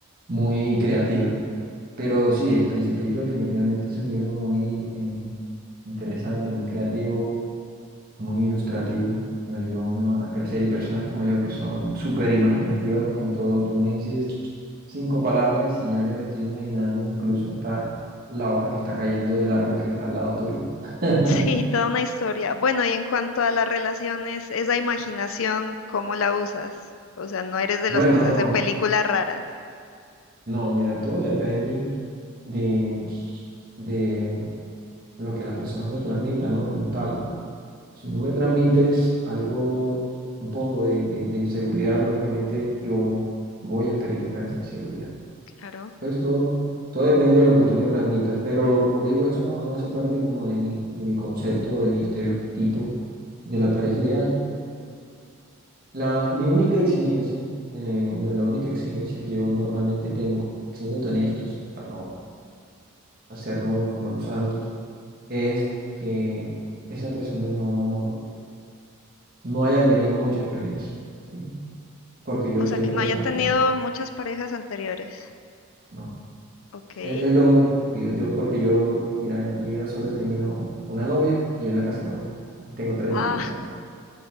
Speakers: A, on the right; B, on the left.
A: muy creativa. Pero sí, El Principito definitivamente es un libro muy eh, interesante, muy creativo, muy ilustrativo. Lo ayuda a uno a crecer y personas como yo que son súper imaginativas con todo, tú me dices cinco palabras y ya yo me estoy imaginando incluso hasta la hoja que está cayendo del árbol que está al lado tuyo. <laughs>
B: Sí, toda una historia. Bueno, y en cuanto a las relaciones, esa imaginación, ¿cómo la usas? O sea, no eres de
A: Bueno,
B: los que se
A: no,
B: hace películas raras.
A: no, mira, todo depende de, de lo que la persona me transmita, ¿no? Como tal. Si tú me transmites algo, un poco de, de de inseguridad, lógicamente yo voy a experimentar esa inseguridad.
B: Claro.
A: Entonces todo, todo depende de lo que tú me transmitas, pero como te digo, eso no, no hace parte como de mi, de mi concepto, de mi estereotipo de la pareja ideal. La, mi única exigencia, eh, bueno, la única exigencia que yo normalmente tengo, siendo tan estos, para no hacernos como los santos, es que esa persona no, no haya tenido mucha experiencia, ¿sí? Porque yo
B: O
A: soy
B: sea,
A: una
B: que
A: persona
B: no haya tenido
A: que no,
B: muchas parejas anteriores.
A: no.
B: Ok.
A: E- Es lo único que pido. Yo, porque yo, mira, en mi vida solo he tenido una novia y una casi novia. Tengo 33
B: Ah,
A: años.